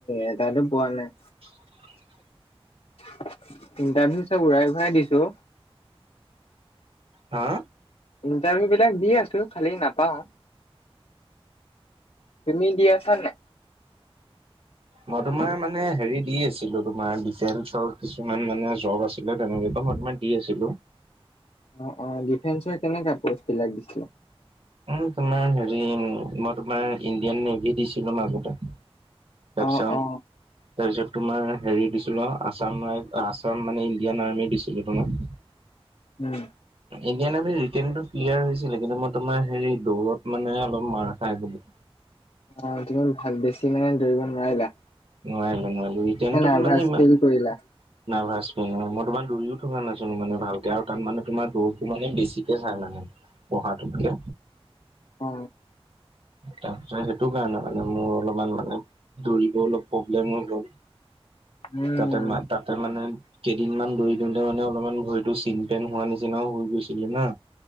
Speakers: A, on the left; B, on the right.
A: এটাতো পোৱা নাই।
B: <unintelligible>
A: ইণ্টাৰভিউ চব ঘূৰাই ঘূৰাই দিছোঁ।
B: হা
A: ইণ্টাৰভিউ বিলাক দি আছোঁ খালি নাপাওঁ। তুমি দি আছা নাই?
B: মই তোমাৰ মানে হেৰি দি আছিলোঁ তোমাৰ ডিফেন্সৰ কিছুমান মানে জব আছিলে তেনেকে টোতোমাৰ মই দি আছিলোঁ।
A: অ'-অ' ডিফেন্সৰ কেনেকা পষ্ট বিলাক দিছিলা।
B: এই তোমাৰ হেৰি মই তোমাৰ ইণ্ডিয়ান নেভি দিছিলোঁ মাজতে। তাৰপিছত
A: অ অ
B: তাৰপিছত তোমাৰ হেৰি দিছিলোঁ অ' আছাম ৰাই আছাম মানে ইণ্ডিয়ান আৰ্মি দিছিলোঁ তোমাৰ। <unintelligible>
A: উম
B: ইণ্ডিয়ান আৰ্মিৰ ৰিটেইনতো ক্লিয়াৰ হৈছিলে কিন্তু মই তোমাৰ হেৰি দৌৰত মানে অলপ মাৰ খাই গলো।
A: অ' তুমি ভাল বেছি মানে দৌৰিব নোৱাৰিলা।
B: নোৱাৰিলোঁ-নোৱাৰিলোঁ ৰিটেনটোত
A: নে নাৰ্ভাচ
B: মানে ইমান
A: ফিল কৰিলা?
B: নাৰ্ভাছ কৰিলোঁ মই তোমাৰ দৌৰিও থকা নাছিলোঁ মানে ভালকে আৰু তাত মানে তোমাৰ দৌৰটো মানে বেছিকে চাই মানে। পঢ়াটোত কে।
A: অ
B: তাৰপিছত সেইটো কাৰণে মানে মোৰ অলপমান মানে', দৌৰিব অলপ প্ৰব্লেমো হ'ল,
A: উম
B: তাতে ম', তাতে মানে', কেইদিনমান দৌৰি দিওঁতে মানে অলপমান ভৰিটো চিন পেন হোৱা নিচিনাও হৈ গৈছিলে না',